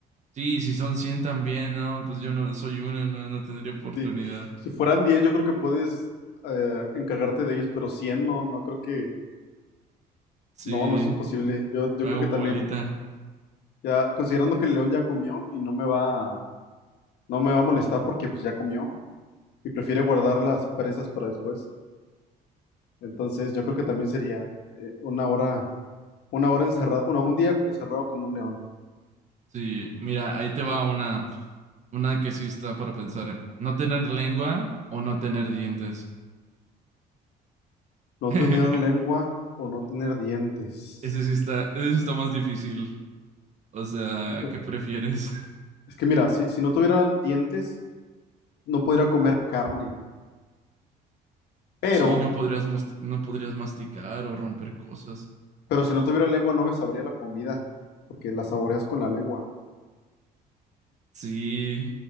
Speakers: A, on the right; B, on the left.
A: Sí, si son 100 también, no, pues yo no soy uno, no, no tendría oportunidad.
B: sí. Si fueran diez, yo creo que puedes eh, encargarte de ellos, pero 100, no, no creo que.
A: Sí,
B: No, no es imposible. Yo, yo
A: me
B: creo
A: hago
B: que
A: bolita.
B: también. Ya, considerando que el león ya comió y no me va, a- no me va a molestar porque pues ya comió y prefiere guardar las presas para después. Entonces, yo creo que también sería eh, una hora, una hora encerrado, bueno, un día encerrado con un león.
A: Sí, mira, ahí te va una, una que sí está para pensar. No tener lengua o no tener dientes.
B: No
A: <laughs>
B: tener lengua o no tener dientes.
A: Ese sí está, ese sí está más difícil. O sea,
B: Hijo,
A: ¿qué prefieres? <laughs>
B: es que mira, si, si no tuviera dientes, no podría comer carne. Pero,
A: Sí, no podrías, mos- no podrías masticar o romper cosas.
B: pero si no tuviera lengua, no me sabría la comida, porque la saboreas con la lengua.
A: Sí,